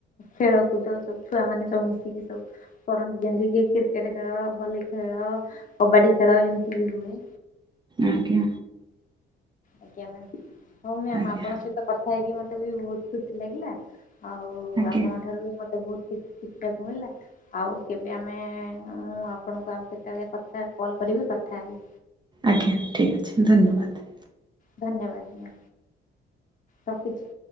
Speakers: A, on the left; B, on the right.
A: ଖେଳ କୁଦ ସବୁ ଛୁଆ ମାନେ ସବୁ ମିଶିକି ସବୁ କରନ୍ତି ଯେମିତି କି କ୍ରିକେଟ ଖେଳ ଭଲି ଖେଳ କବାଡି ଖେଳ ଏମିତି ବି ହୁଏ।
B: ଆଜ୍ଞା।
A: ଆଜ୍ଞା ମ୍ୟମ୍ ହଉ ମ୍ୟାମ
B: ଆଜ୍ଞା
A: ଆପଣଙ୍କ ସହିତ କଥା ହେଇକି ମତେ ବି ବହୁତ ଖୁସି ଲାଗିଲା ଆଉ
B: ଆଜ୍ଞା
A: ଆପଣଙ୍କ ଠାରୁ ବି ମତେ ବହୁତ କିଛି ଶିଖିବାକୁ ମିଳିଲା। ଆଉ କେବେ ଆମେ ମୁଁ ଆପଣଙ୍କୁ ଆଉ କେତେବେଳେ କଥା କଲ୍ କରିବି କଥା ହେଇି
B: ଆଜ୍ଞା ଠିକ୍ ଅଛି ଧନ୍ୟବାଦ।
A: ଧନ୍ୟବାଦ ରଖୁଛି।